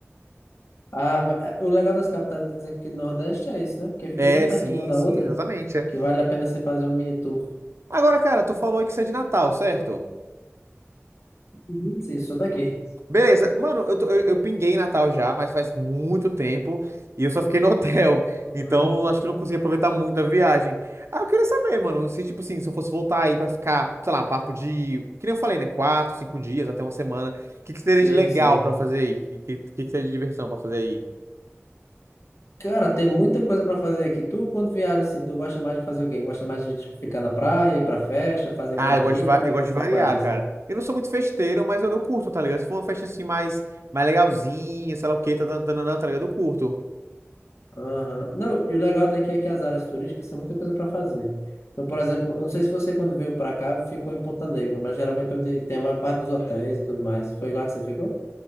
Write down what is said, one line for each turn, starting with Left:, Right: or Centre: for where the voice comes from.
Left: Ah, va- é, o legal das capitais aqui do Nordeste é isso, né? Porque fica
Right: É,
Left: tão pertinho
Right: sim,
Left: uma da
Right: sim,
Left: outra
Right: exatamente. é.
Left: que vale a pena você fazer um mini tour.
Right: Agora, cara, tu falou que você é de Natal, certo?
Left: Uhum. Sim, só daqui.
Right: Beleza, mano, eu, tô- eu, eu pinguei em Natal já, mas faz muito tempo e eu só fiquei no <laughs> hotel.
Left: Uhum.
Right: Então, eu acho que não consegui aproveitar muito a viagem. Ah, eu queria saber, mano, se, tipo assim, se eu fosse voltar aí pra ficar, sei lá, papo de, que nem eu falei, né, quatro, cinco dias, até uma semana, o que que teria
Left: Sim,
Right: de legal
Left: sim.
Right: pra fazer aí? O que, que, que que seria de diversão pra fazer aí?
Left: Cara, tem muita coisa pra fazer aqui. Tu, quando viaja assim, tu gosta mais de fazer o quê? Gosta mais de tipo, ficar na praia, ir pra festa, fazer alguma
Right: Ah, eu
Left: trilha?
Right: gosto de, va-
Left: Qual
Right: eu
Left: é
Right: gosto
Left: a
Right: de variar,
Left: tua vibe assim?
Right: cara. Eu não sou muito festeiro, mas eu, eu curto, tá ligado? Se for uma festa assim mais, mais legalzinha, sei lá o quê, tá, tá, tá, tá, tá ligado? Eu curto.
Left: Aham. Não, e o legal daqui é que as áreas turísticas tem muita coisa para fazer. Então, por exemplo, eu não sei se você, quando veio para cá, ficou em Ponta Negra, mas geralmente é onde tem a maior parte dos hotéis e tudo mais. Foi lá que você ficou?